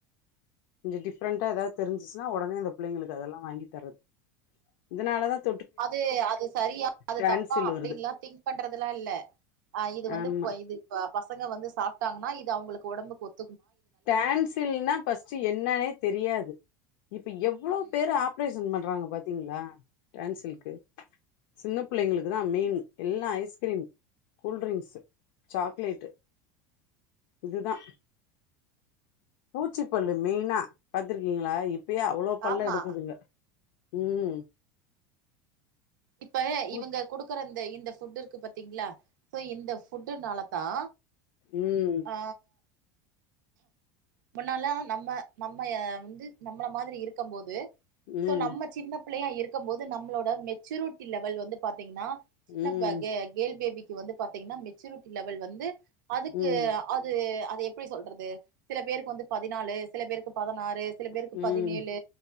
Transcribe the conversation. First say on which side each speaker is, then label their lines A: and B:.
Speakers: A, on the left (about 75°); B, on the right (about 85°).
A: இந்த டிஃப்ரெண்டா ஏதாவது தெரிஞ்சிச்சுன்னா ஒடனே அந்த பிள்ளைங்களுக்கு அதெல்லா வாங்கி தரது இதனாலதான்
B: அது அது சரியா அது
A: டான்சில்
B: தப்பா அப்டின்ல்லா
A: வருது
B: திங்க் பண்றதுல்லாம் இல்ல அஹ் இது வந்து
A: ஆமா
B: ப இது இப்ப ஃபர்ஸ்ட் பசங்க வந்து சாப்ட்டாங்கன்னா இது அவுங்களுக்கு ஒடம்புக்கு ஒத்
A: டான்சில்னா ஃபஸ்ட்டு என்னனே தெரியாது இப்ப எவ்வளோ
B: ம்
A: பேரு ஆப்ரேஷன் பண் றாங்க பாத்திங்ளா டான்சில்க்கு சின்னப் புள்ளைங்களுக்குதா மெயின் எல்லா ஐஸ்கிரீம் கூல்ட்ரிங்க்ஸ் சாக்லேட்டு இதுதா பூச்சிப்பல்லு மெய்னா பாத்துருக்கிங்ளா இப் பயே அவ்ளோ பல்லு
B: ஆமா
A: எடுக்குதுங்க ம்
B: இப்ப
A: பூ
B: இவங்க குடுக்குற இந்த இந்த ஃபுட் இருக்கு பாத்திங்ளா சோ இந்த ஃபுட்டுனாலதா
A: ம்
B: ஆ முன்னலா நம்ம நம்ம அ வந்து நம்மள மாதிரி இருக்கம் போது
A: ம்
B: சோ நம்ம சின்ன பிள்ளையா இருக் க்கம்போது நம்மளோட மெச்சூரிட்டி லெவல் வந்து பாத்தீங்கன்னா சின்ன
A: ம்
B: பாகே கேள் பேபி வந்து பாத்தீங்கன்னா மெச்சூரிட்டி லெவல் வந்து அதுக்கு
A: ம்
B: அது அ து எப்டி சொல்ற து சில பேருக்கு வந்து பதினாலு சில பேருக்கு பதனாறு சில பேருக்கு
A: ம்
B: பதினேலு